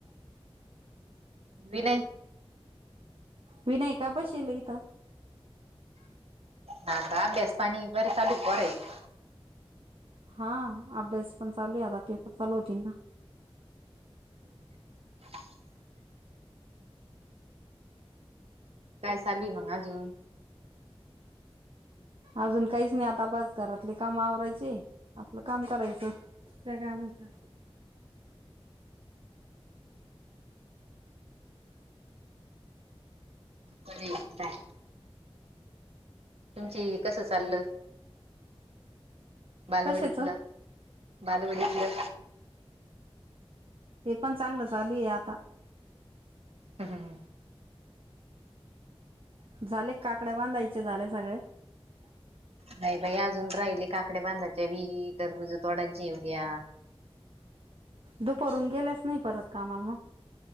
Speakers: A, on the right (about 80°); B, on the right (about 65°).
A: विनय
B: विनय का बशीला इथं?
A: हा का अभ्यास पाणी बरे चालय का पोरं इला
B: हा अभ्यास पण चालूय आता पेपर चालू होतील ना
A: <inaudible> काय चालूय मग अजून?
B: अजून काहीच नाही आता बस घरातले काम आवरायचे आपलं काम करायचं. त्या काय म्हणता
A: बर येताय तुमची कसं चाललं बालवाडीतलं?
B: कशाच
A: बालवाडीतलं
B: ते पण चांगलं चालूये आता
A: हम हमम
B: झाले काकड्या बांधायचे झाले सगळ्या
A: नाही बाई अजून राहिले काकडे बांधायच्या बी टरबूज तोडायची उद्या
B: दुपारून गेलेच नाही परत कामाला मग